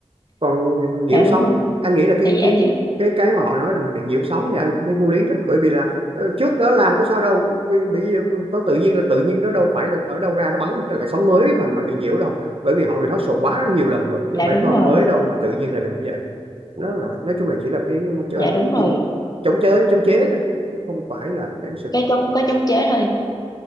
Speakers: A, on the right; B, on the left.
A: còn nhiễu
B: dạ đúng
A: sóng
B: rồi
A: anh nghĩ là cái
B: tại vì em
A: cái cái cái mà họ nói rằng là bị nhiễu sóng thì anh thấy vô lý đó bởi vì là ờ, trước đó làm có sao đâu bị, bị có tự nhiên là tự nhiên nó đâu phải là ở đâu ra nó bắn một cái loại sóng mới mà mà bị nhiễu đâu bởi vì họ rehearsal quá nhiều lần rồi chứ
B: dạ
A: không phải
B: đúng
A: kho
B: rồi
A: mới đâu mà tự nhiên là bị như vậy nó là nói chung là chỉ là cái chơi
B: dạ đúng rồi
A: chống chế chống chế thôi chứ không phải là cái sự
B: cái
A: thật
B: chống cái chống chế thôi